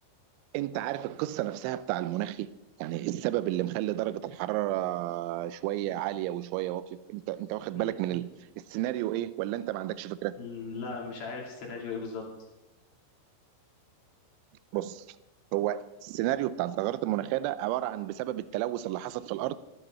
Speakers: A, on the right; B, on the left.
A: انت عارف القصه نفسها بتاع المناخي يعني إيه السبب اللي مخلي درجه الحراره شويه عاليه وشويه واطيه انت انت واخد
B: م-
A: بالك من
B: م-
A: ال- السيناريو ايه ولا انت ما عندكش فكره
B: م- لا مش عارف السيناريو ايه بالظبط
A: بص هو السيناريو بتاع التغيرات المناخيه ده عباره عن بسبب التلوث اللي حصل في الارض